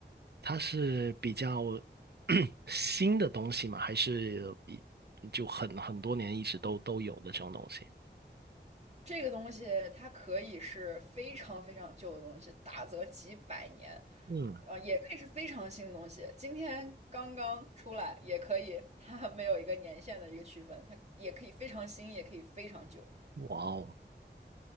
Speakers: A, on the right (about 60°); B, on the right (about 35°).
A: 它是比较 <clears throat> 新的东西吗？还是一就很很多年一直都都有的这种东西？
B: 这个东西它可以是非常非常旧的东西，大则几百年，
A: 嗯，
B: 啊，也可以是非常新的东西，今天刚刚出来也可以，它没有一个年限的一个区分，它也可以非常新，也可以非常旧。
A: 哇哦，